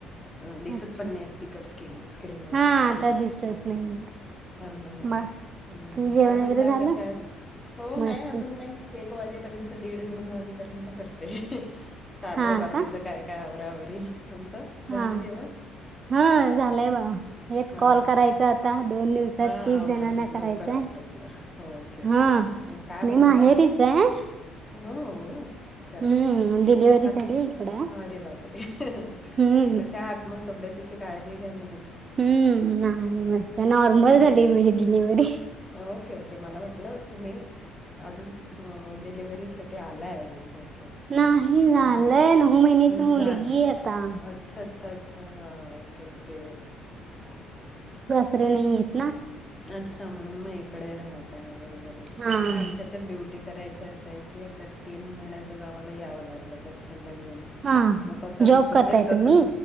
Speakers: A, on the left; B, on the right.
A: ह दिसत
B: अच्छा
A: पण नाही स्पीकर स्कन स्क्रीनवर
B: हा
A: ॲक्च्युली
B: आता दिसत
A: ह
B: नाही
A: हा ह
B: बाकी
A: ह्
B: जेवण
A: काय म्हणता
B: वगैरे झालं
A: कशात हो
B: मस्त
A: नाही अजून नाही. एक वाजेपर्यंत दीड दोन वाजेपर्यंत करते चालू
B: हा
A: आहे बाकीच
B: का
A: काय? काय आवरावरी तुमचं
B: हा
A: झालं जेवण.
B: हा झालंय बाबा हेच
A: हां
B: कॉल करायचा आता दोन दिवसात
A: हां
B: तीस जणांना
A: म्हणून
B: करायचंय.
A: लवकर ओके ओके
B: हा
A: काय
B: मी
A: बनवलं
B: माहेरीच आहे
A: हो. अच्छा
B: हम्म डिलिव्हरी झाली
A: आता
B: इकडं
A: हरे बाप रे
B: हम्म
A: कशा आ मग तब्येतीची काळजी घ्या नट
B: हम्म नाही मस्त नॉर्मल
A: हम्म
B: झाली इमिजिट डिलिव्हरी
A: ओके े. ओके मला वाटलं तुम्ही अजून डिलिव्हरी साठी आलाय अजून ओके.
B: नाही झालंय
A: हो
B: नऊ महिन्याची
A: हम्म,
B: मुलगी
A: झालं
B: आता.
A: अच्छा अच्छा अच्छा ओके ओके्.
B: दसरे नाही आहेतेत.
A: अच्छा म्हणून मग इकडे राहतय बरोबरी
B: हा
A: काय आमच्या. तर ड्युटी करायची असायची तर तीन महिन्यातच आम्हाला यावं लागलं बच्चांना घेऊन.
B: हा
A: मग कसं
B: जॉब
A: जमेल
B: करताय
A: तसच.
B: तुम्ही?